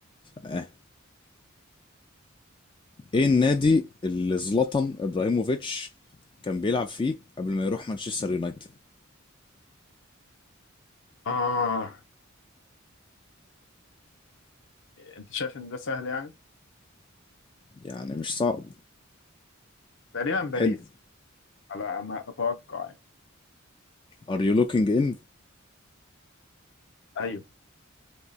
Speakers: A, on the left; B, on the left.
A: اه ايه النادي اللي زلاتان ابراهيموفيتش كان بيلعب فيه قبل ما يروح مانشستر يونايتد
B: اه انت شايف ان ده سهل يعني
A: يعني مش صعب
B: تقريبا باريس
A: حلو
B: على ما اتوقع يعني
A: ار يو لوكينج ان
B: ايوه